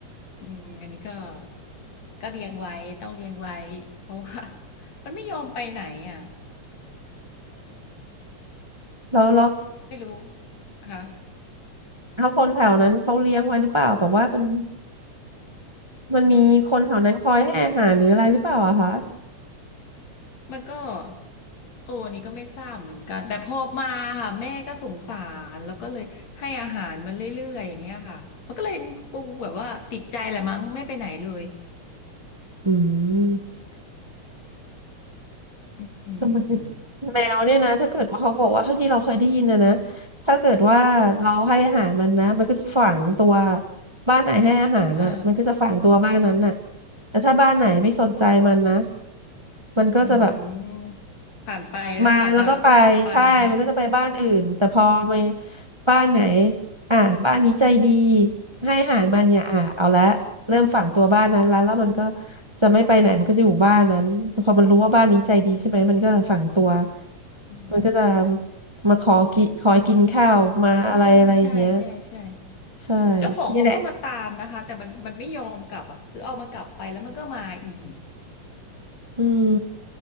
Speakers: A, on the left; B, on the right.
A: อืมอันนี้ก็ก็เลี้ยงไว้ต้องเลี้ยงไว้เพราะว่า <laughs> มันไม่ยอมไปไหนอ่ะ
B: แล้วแล้ว
A: ไม่รู้นะคะ
B: แล้วคนแถวนั้นเขาเลี้ยงไว้หรือเปล่าแบบว่ามัน มันมีคนแถวนั้นคอยให้อาหารหรืออะไรหรือเปล่าอะคะ
A: มันก็โอ้อันนี่ก็ไม่ทราบเหมือนกันแต่พอมาค่ะแม่ก็สงสารแล้วก็เลยให้อาหารมันเรื่อยๆอย่างเงี้ยค่ะมันก็เลยคงแบบว่าติดใจแหละมั้งไม่ไปไหนเลย
B: อืม
A: อืมอืมอืม
B: ทำไมแมวเนี่ยนะถ้าเกิดว่าเขาบอกว่าเท่าที่เราเคยได้ยินนะนะถ้าเกิดว่าเราให้อาหารมันนะมันก็จะฝังตัวบ้านไหนให้อาหารน่ะมันก็จะฝังตัวบ้านนั้นน่ะ
A: เออ
B: แต่ถ้าบ้านไหนไม่สนใจมันนะมันก็จะแบบ
A: อืมผ่านไปแล้วผ่านมาแล้วก็ผ่านไปไหม
B: มาแล้วก็ไปใช่มันก็จะไปบ้านอื่นแต่พอมาบ้านไหนอ่ะบ้านนี้ใจดีให้อาหารมันเนี่ยอ่ะเอาละเริ่มฝังตัวบ้านนั้นแล้วแล้วมันก็
A: อืม
B: จะไม่ไปไหนมันก็จะอยู่บ้านนั้นพอมันรู้ว่าบ้านนี้ใจดีใช่ไหมมันก็จะฝังตัว
A: อืม
B: มันก็จะมาขอกินขอกินข้าวมาอะไรอะไรอย่างเงี้ย
A: อืมใช่ใช่ใช่
B: ใช่
A: เจ้าของเขาก็มาตามนะคะแต่มันมันไม่ยอมกลับอ่ะคือเอามากลับไปแล้วมันก็มาอีก
B: นี่แหละอืม